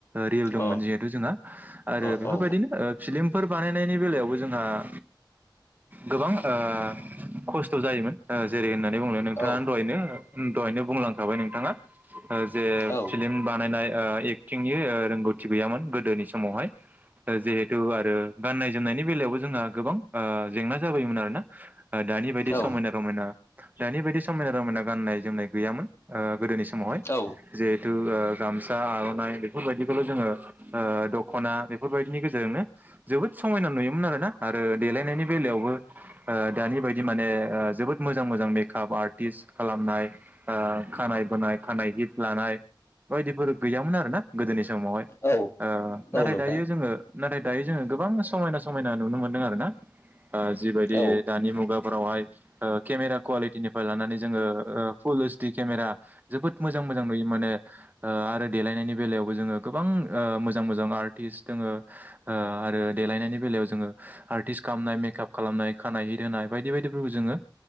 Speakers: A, on the right (about 20°); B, on the left (about 30°).
A: रियेल दंमोन
B: औ
A: जिहेथु जोंहा आरो
B: अ
A: बेफोरबायदिनो
B: अ औ
A: फिलिमफोर बानायनायनि बेलायावबो जोंहा आ गोबां आ खस्थ' जायोमोन जेरै होननानै बुंयोमोन नोंथाङा
B: औ
A: दहायनो दहायनो बुंलांखाबाय नोंथाङा जे
B: औ
A: फिल्म बानायनाय थिंनि रोंगौथि गैयामोन गोदोनि समावहाय जिहेथु आरो गाननाय जोमनायनि बेलायावबो जोंहा गोबां जेंना जाबायमोन आरोना दानि बायदि
B: औ
A: समायना रमायना दानि बायदि समायना रमायना गाननाय जोमनाय गैयामोन गोदोनि समावहाय
B: औ
A: जहेथु गामसा आर राय बेफोरबायदिखौल' जोङो दख'ना बेफोरबायदिनि गेजेरजोंनो जोबोद समायना नुयोमोन आरो आरोना आरो देलायनायनि बेलायावबो दानि बायदि माने जोबोद मोजां मोजां मेकआप आर्टिस्ट खालामनाय खानाय बोनाय खानाय हित लानाय बायदिफोर गैयामोन आरो ना गोदोनि समावहाय
B: औ
A: आं नाथाय
B: औ नोंथां
A: दायो जोङो नाथाय दायो जोङो गोबां समायना समाय समायना नुनो मोनदों आरो ना जिबायदि
B: औ
A: दानि मुगाफोरावहाय केमेरा कुवालिटिनिफ्राय लानानै जोङो फुल ओइस डि केमेरा जोबोद मोजां मोजां नुयो माने आरो देलायनायनि बेलायावबो जोङो गोबां मोजां मोजां आर्टिस्ट दङो आरो देलायनायनि बेलायाव जोङो आर्टिस्ट कामनाय मेकआप खालामनाय खानाय हित होनाय बायदि बायदिफोरखौ जोङो